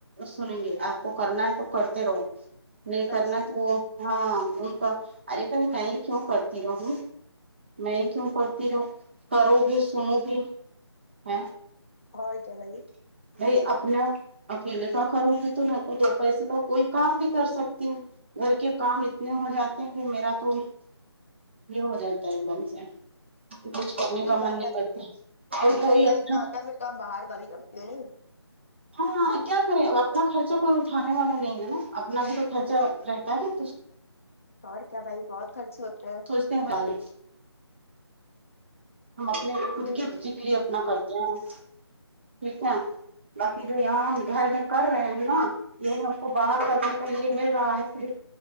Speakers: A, on the right; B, on the left.
A: سنیں گے آپ کو کرنا ہے تو کرتے رہو نہیں کرنا
B: اچھا
A: تو ہاں ان کا ارے بھائی میں کیوں کرتی رہ ہوں میں کیوں کرتی ہوں کروں گی سنوں گی ہے
B: اور کیا بھائی
A: بھائی اپنا اکیلے کا کروں گی تو میں تو دو پیسے کا کوئی کام بھی کر سکتی ہوں گھر کے کام اتنے ہو جاتے ہیں کہ میرا تو یہ ہو جاتا ہے ایک دم سے کچھ کرنے
B: صحیح
A: کا من
B: بات
A: نہیں
B: ہے
A: کرتا اور
B: گھر
A: کوئی اپنا
B: کا اتنا ہوتا ہے پھر تو آپ باہر کا بھی کرتے تو نہیں
A: ہاں کیا کریں اب اپنا خرچہ کوئی اٹھانے والا نہیں ہے نا اپنا بھی تو خرچہ رہتا ہے تو
B: اور کیا بھائی بہت خرچے ہوتا ہے
A: سوچتے ہیں والے ہم اپنے خود
B: ہوں
A: کی خوشی کے لیے اپنا کرتے ہیں ٹھیک ہے باقی جو یہاں ہم گھر میں کر رہے ہیں نا یہ ہم کو باہر کرنے کے لیے مل رہا ہے صرف